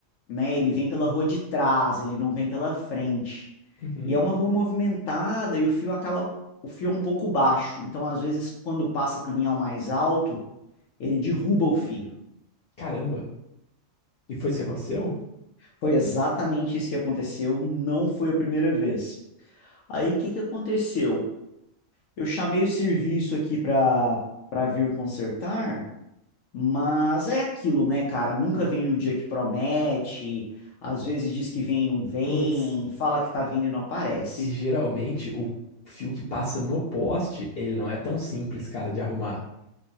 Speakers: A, on the left; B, on the left.
A: né, ele vem pela rua de trás, ele não vem pela frente.
B: uhum.
A: E é uma rua movimentada e o fio acaba, o fio é um pouco baixo, então às vezes quando passa caminhão mais alto, ele derruba o fio.
B: Caramba. E foi isso que aconteceu?
A: Foi exatamente isso que aconteceu, não foi a primeira vez. Aí o que que aconteceu? Eu chamei o serviço aqui para para vir consertar, mas é aquilo, né, cara? Nunca vem no dia que promete, às vezes diz que vem e não vem,
B: Putz,
A: fala que tá vindo e não aparece.
B: e geralmente o fio que passa no poste, ele não é tão simples, cara, de arrumar.